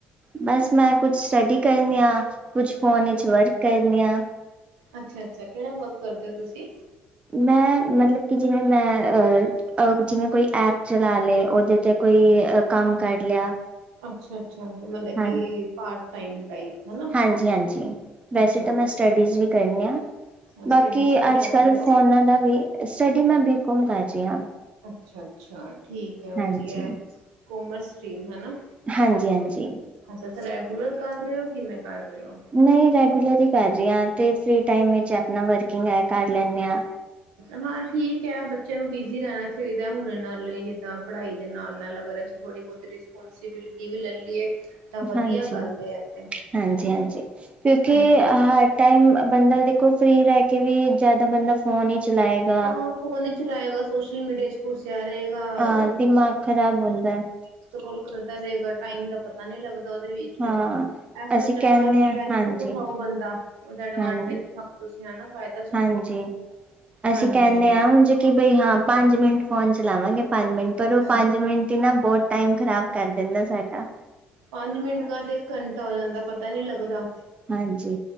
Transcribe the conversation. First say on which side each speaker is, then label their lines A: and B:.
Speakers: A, on the right; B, on the right.
A: ਬਸ ਮੈਂ ਕੁਛ ਸਟੱਡੀ ਕਰਨੀ ਹਾਂ, ਕੁਛ ਫੋਨ ਵਿੱਚ ਵਰਕ ਕਰਨੀ ਹਾਂ
B: ਅੱਛਾ ਅੱਛਾ, ਕਿਹੜਾ ਵਰਕ ਕਰਦੇ ਹੋ ਤੁਸੀਂ?
A: ਮੈਂ ਮਤਲਬ ਕਿ ਜਿਵੇਂ ਮੈਂ ਅਹ -ਅਹ ਜਿਵੇਂ ਕੋਈ ਐਪ ਚਲਾ ਲਏ ਔਦੇ ਤੇ ਕੋਈ ਅ ਕੰਮ ਕਰ ਲਿਆ।
B: ਅੱਛਾ -ਅੱਛਾ ਮਤਲਬ
A: ਹਾਂ
B: ਕਿ ਪਾਰਟ ਟਾਈਮ ਟਾਈਪ ਹਨਾ।
A: ਹਾਂਜੀ -ਹਾਂਜੀ ਵੈਸੇ
B: ਅੱਛਾ-ਅੱਛਾ।
A: ਤਾਂ ਮੈਂ ਸਟੱਡੀਜ਼ ਹੀ ਕਰਨੀਆਂ।
B: ਅੱਛਾ ਅੱਛਾ ਸਟੱਡੀ
A: ਬਾਕੀ
B: 'ਚ ਕੀ
A: ਅੱਜ
B: ਕਰ
A: ਕੱਲ
B: ਰਹੇ ਹੋ?
A: ਫੋਨਾਂ ਦਾ ਵੀ, ਸਟੱਡੀ ਮੈਂ ਬਿਲਕੁਲ ਕਰ ਦੀ ਹਾਂ।
B: ਅੱਛਾ -ਅੱਛਾ ਠੀਕ ਹੈ
A: ਹਾਂਜੀ,
B: ਵਧੀਆ ਕੋਮਰਸ ਸਟਰੀਮ ਹੈਨਾ।
A: ਹਾਂਜੀ -ਹਾਂਜੀ।
B: ਅੱਛਾ ਤਾਂ ਰੈਗੂਲਰ ਕਰ ਰਹੇ ਹੋ ਕਿਵੇਂ ਕਰ ਰਹੇ ਹੋ?
A: ਨਹੀਂ ਰੈਗੂਲਰ ਹੀ ਕਰ ਰਹੀ ਹਾਂ ਤੇ ਫਰੀ ਟਾਈਮ ਵਿੱਚ ਆਪਣਾ ਵਰਕਿੰਗ ਏ ਕਰ ਲੈਂਦੇ ਹਾਂ।
B: ਹਾਂ ਠੀਕ ਹੈ। ਬੱਚਿਆਂ ਨੂੰ ਬਿਜੀ ਰਹਿਣਾ ਚਾਹੀਦਾ। ਹੁਣ ਨਾਲੋਂ ਹੀ ਜਿੱਦਾਂ ਪੜ੍ਹਾਈ ਦੇ ਨਾਲ -ਨਾਲ ਅਗਰ ਅਸੀਂ ਥੋੜ੍ਹੀ ਬਹੁਤੀ ਰਿਸਪੋਂਸੀਬਿਲਿਟੀ ਵੀ ਲੈ ਲਈਏ। ਤਾਂ ਵਧੀਆ
A: ਹਾਂਜੀ,
B: ਗੱਲ ਹੈ ਤੇ
A: ਹਾਂਜੀ -ਹਾਂਜੀ ਕਿਉਂਕਿ
B: ਹਾਂਜੀ
A: ਅ ਹ ਟਾਈਮ ਬੰਦਾ ਦੇਖੋ ਫਰੀ ਰਹਿ ਕੇ ਵੀ ਜਿਆਦਾ ਬੰਦਾ ਫੋਨ ਹੀ ਚਲਾਏਗਾ।
B: ਹਾਂ ਫੋਨ ਹੀ ਚਲਾਏਗਾ, ਸੋਸ਼ਲ ਮੀਡੀਆ ਚ ਘੁਸਿਆ ਰਹੇਗਾ
A: ਹਾਂ
B: <inaudible>
A: ਦਿਮਾਗ ਖ਼ਰਾਬ ਹੁੰਦਾ
B: ਸਕਰੋਲ ਕਰਦਾ ਰਹੇਗਾ ਟਾਈਮ ਦਾ ਪਤਾ ਨੀ ਲੱਗਦਾ ਔਦੇ ਵਿੱ
A: ਹਾਂ।
B: ਚ ਇਸ
A: ਅਸੀਂ
B: ਤੋਂ ਚੰਗਾ
A: ਕਹਿੰਦੇ
B: ਬੈਨੀਫਿਟ
A: ਹਾਂ ਹਾਂਜੀ,
B: ਉਠਾਓ ਬੰਦਾ, ਔਦਾ ਐਡਵਾਂਟਜ
A: ਹਾਂਜੀ,
B: ਹੁਣ ਤੁਸੀਂ ਹੈਨਾ ਫਾਇਦਾ ਚੱਕੋ।
A: ਹਾਂਜੀ। ਅਸੀਂ
B: ਹਾਂਜੀ
A: ਕਹਿੰਨੇ ਹਾਂ, ਉਝ ਕਿ ਬਈ ਹਾਂ ਪੰਜ ਮਿੰਟ ਫੋਨ ਚਲਾਵਾਂਗੇ। ਪੰਜ ਮਿੰਟ ਪਰ ਉਹ
B: ਹਾਂ
A: ਪੰਜ ਮਿੰਟ ਇ ਨਾ ਬਹੁਤ ਟਾਈਮ ਖ਼ਰਾਬ ਕਰ ਦਿੰਦਾ ਸਾਡਾ
B: ਪੰਜ ਮਿੰਟ ਘਰਦੇ ਇੱਕ ਘੰਟਾ ਹੋ ਜਾਂਦਾ ਪਤਾ ਨਹੀਂ ਲੱਗਦਾ।
A: ਹਾਂਜੀ,